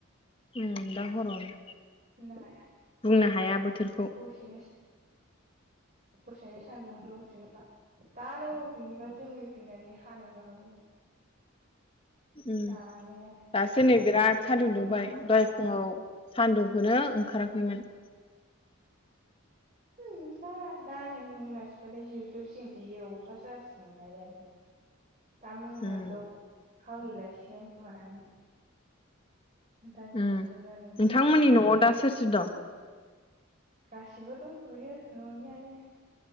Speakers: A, on the left (about 25°); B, on the right (about 35°).
A: ओम दा हरावनो
B: होननांगौ
A: बुंनो हाया बोथोरखौ।
B: दसेनो दसेनो सान्दुं दसेनोबा दानो अबेनिबा जोमै फैनानै हानोबो हागौ।
A: उम
B: दानो
A: दासो नै बिराद
B: बुस्रांलांजोबनोबो
A: सान्दुं दुंबाय दहाय
B: हागौ
A: फुङाव सान्दुंखौनो ओंखाराखैमोन।
B: हुम दा दा नै मोनासिबाथाय जोख्लोब सिगोनसो इयो अखासो हासिगोनलाय आरो। दा मोनाफ्राव
A: उम
B: हाहै लायसिगोनलाय खोमादां। दाजिख्लेबनानै
A: उम नोंथांमोननि न'आव दा सोर सोर दं?
B: गासिबो दंथ'यो न'नियानो।